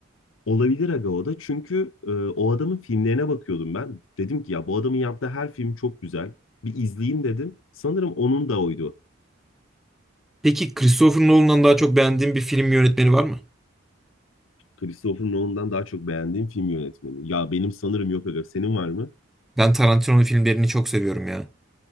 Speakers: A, on the left; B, in the centre.
A: Olabilir aga o da. Çünkü e, o adamın filmlerine bakıyordum ben. Dedim ki ya bu adamın yaptığı her film çok güzel. Bir izleyeyim dedim. Sanırım onun da oydu.
B: Peki Christopher Nolan'dan daha çok beğendiğin bir film yönetmeni var mı?
A: Christopher Nolan'dan daha çok beğendiğim film yönetmeni. Ya benim sanırım yok aga. Senin var mı?
B: Ben Tarantino'nun filmlerini çok seviyorum ya.